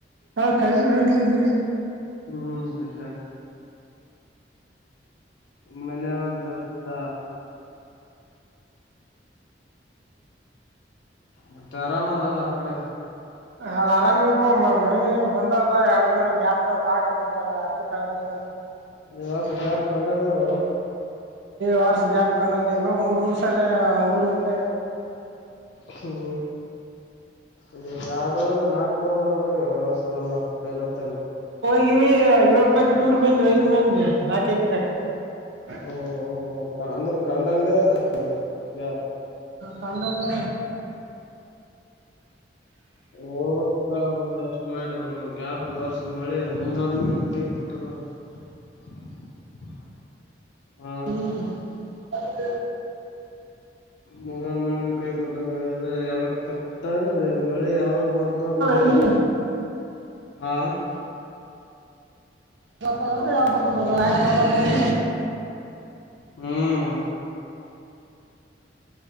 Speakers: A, on the right (about 80°); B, on the left (about 70°).
A: ಹಾ -ಕಲ್ತಿ ಇತಗೆ
B: ಹ್ಮ್- ಅತ್ತಾ ಮನೆಯಂತರುತ. ಮತ್ತ ರಾಮಲ್ಲಲ್ಲ ಕಡೆ.
A: ಅದ ಆರಾಮಪ ಮಳೆ ಬಂದದ ಎರಡ್ ದಿನ ಗ್ಯಾಪ್ ಪ್ಯಾಕ್ಂತಾರ ಅತಿ ಕಿವಸ.
B: ಹೊ -ಜಾರ ಕಂಡಂಗ ಅವಲ
A: ವಾರಷ ಗ್ಯಾಪ್ ಕಂಡಂಗ- ಇ -ಮೂರ್ ಮುಸಾಲೆ ಉರದಂಗ
B: ಹ್ಮ್ -ಹ್ಮ್- ಎರಡುಲ್ಲಿ ನಾಲ್ಕು ಚಲ್ಲ ತಲ್ಲ
A: <unintelligible>
B: ಓ ಓ ಓ ಅಂದ್ರ ಕಂಡಂಗ -ಅ-
A: ಕಂಡಗೆ.
B: ಹ ಪಕ್ಕ ಮುಂದೆ ಅಷ್ಟ್ ಮಾಡದಾರ ನ್ಯಾಪ್ ವರ್ಸ ಮಳೆ ಮುಂಗಾರು ಮಳೆ ತೈ ಕೊಟ್ಟದ <unintelligible> ಆ
A: ಹ್ಮ್ -ಹಾಗ
B: ಮುಂಗಾರು ಮಾಡಿನ -ಕೈ -ಕೊಟ್ಟಂಗ ಅದ ಎಲ್ಲಕ್. ಕಟ್ಟಾಗದೆ ಮಳೆ ಯಾವಾಗ ಬಾರ್ದ ನಮಗೆ
A: ಎಲ್ಲಿ
B: ಹಾ
A: ಗತ್ತ ಕ ಯಾಪಡ್ ಆಯಡಿ
B: ಹ್ಮ್